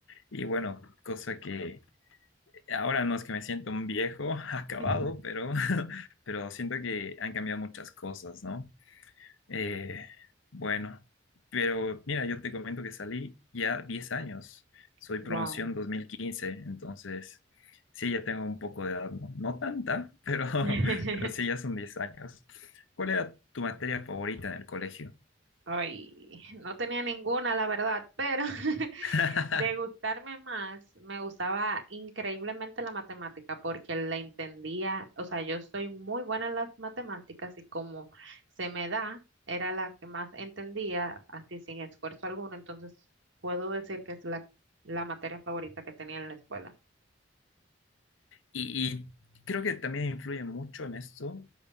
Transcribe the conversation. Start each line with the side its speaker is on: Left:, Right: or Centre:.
Left: Y bueno, cosa que ahora no es que me siento un viejo <laughs> acabado,
Right: <laughs>
Left: pero, <laughs> pero siento que han cambiado muchas cosas, ¿no? Eh, bueno, pero mira, yo te comento que salí ya 10 años. Soy
Right: Wow.
Left: promoción dos mil quince entonces sí, ya tengo un poco de edad, no, no tanta, pero, <laughs>
Right: <laughs>
Left: pero sí, ya son 10 años. ¿Cuál era tu materia favorita en el colegio?
Right: Ay, no tenía ninguna, la verdad, pero <laughs>
Left: <laughs>
Right: De gustarme más, me gustaba increíblemente la matemática porque la entendía, o sea, yo soy muy buena en las matemáticas y como se me da, era la que más entendía, así sin esfuerzo alguno, entonces puedo decir que es la, la materia favorita que tenía en la escuela.
Left: Y, y creo que también influye mucho en esto